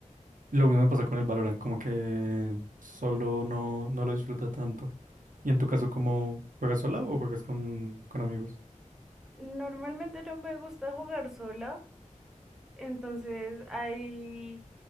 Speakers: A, on the right; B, in the centre.
A: Lo mismo me pasa con el Valorant, como que solo no, no lo disfruta tanto. ¿Y en tu caso, cómo juegas sola o juegas con, con amigos?
B: Normalmente no me gusta jugar sola, entonces hay